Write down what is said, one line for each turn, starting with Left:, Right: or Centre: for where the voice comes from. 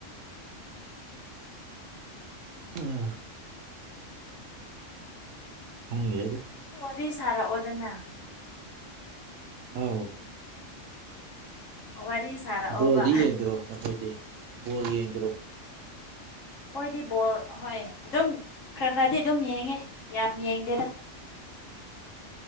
Right: ꯎꯝ ꯍꯪꯦ ꯑꯗꯨꯗ
Left: ꯑꯗꯨ ꯋꯥꯔꯤ ꯁꯥꯔꯛꯑꯣꯗꯅ
Right: ꯑꯥꯎ
Left: ꯋꯥꯔꯤ ꯁꯥꯔꯛꯑꯣꯕ
Right: ꯕꯣꯜꯗꯤ ꯌꯦꯡꯈ꯭ꯔꯣ ꯅꯈꯣꯏꯗꯤ ꯕꯣꯜ ꯌꯦꯡꯈ꯭ꯔꯣ
Left: ꯍꯣꯏꯗꯤ ꯕꯣꯜ ꯑꯣꯏ ꯑꯗꯨꯝ ꯈꯔ ꯈꯔꯗꯤ ꯑꯗꯨꯝ ꯌꯦꯡꯉꯦ ꯌꯥꯝ ꯌꯦꯡꯗꯦꯗ